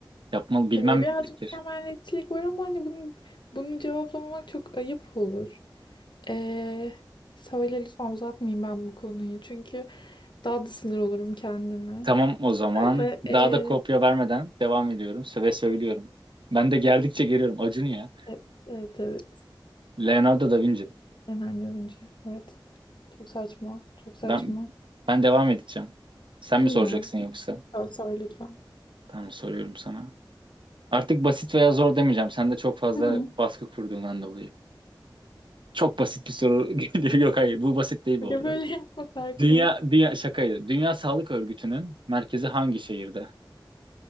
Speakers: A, on the right (about 70°); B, on the left (about 65°).
A: Yapmalı bilmem
B: Eee,
A: mi
B: birazcık
A: gerekir?
B: mükemmeliyetçilik var ama hani bunu, bunu cevaplamamak çok ayıp olur. Eee söyle lütfen uzatmayayım ben bu konuyu. Çünkü daha da sinir olurum kendime.
A: Tamam o zaman.
B: Ve, eee,
A: Daha da kopya vermeden devam ediyorum. Söve söylüyorum. Ben de gerdikçe geliyorum. Acun ya.
B: evet, evet, evet.
A: Leonardo da Vinci.
B: Enerjiden önce. Evet. Çok saçma. Çok saçma.
A: Ben ben devam edeceğim. Sen mi
B: Dinliyorum.
A: soracaksın yoksa?
B: Sor, sor lütfen.
A: Tamam soruyorum sana. Artık basit veya zor demeyeceğim. Sen de çok fazla
B: Hı hı.
A: baskı kurduğundan dolayı. Çok basit bir soru <laughs> geliyor. Yok hayır bu basit değil bu
B: Ya
A: arada.
B: böyle yapmasak
A: Dünya,
B: mı?
A: dünya şakaydı. Dünya Sağlık Örgütü'nün merkezi hangi şehirde?